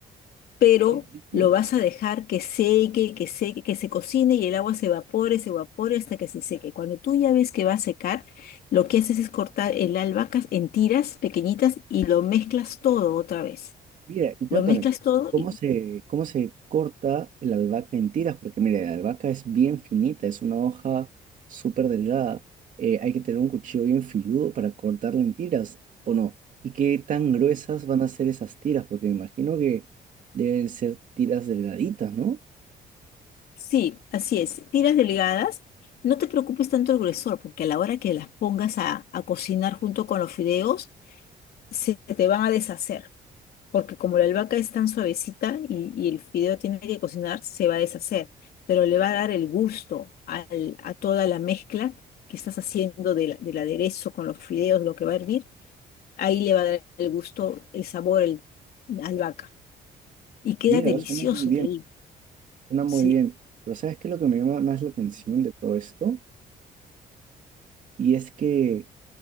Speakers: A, on the left; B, on the right.
A: pero
B: Qué rico.
A: lo vas a dejar que seque, que seque, que se cocine y el agua se evapore, se evapore hasta que se seque. Cuando tú ya ves que va a secar, lo que haces es cortar el albahaca en tiras pequeñitas y lo mezclas todo otra vez.
B: Mira, y cuéntame,
A: Lo mezclas todo
B: ¿cómo
A: y
B: se, cómo se corta el albahaca en tiras? Porque mira, la albahaca es bien finita, es una hoja súper delgada. Eh, hay que tener un cuchillo bien filudo para cortarla en tiras, ¿o no? ¿Y qué tan gruesas van a ser esas tiras? Porque me imagino que deben ser tiras delgaditas, ¿no?
A: sí, así es, tiras delgadas. No te preocupes tanto el gruesor, porque a la hora que las pongas a, a cocinar junto con los fideos, se te van a deshacer. porque como la albahaca es tan suavecita y, y el fideo tiene que cocinar, se va a deshacer, pero le va a dar el gusto al- a toda la mezcla que estás haciendo de la- del aderezo con los fideos, lo que va a hervir, ahí le va a dar el gusto, el sabor, el, la albahaca. Y queda
B: Mira,
A: delicioso,
B: suena muy bien,
A: te digo.
B: suena muy
A: Sí,
B: bien. Pero ¿sabes qué es lo que me llama más la atención de todo esto? Y es que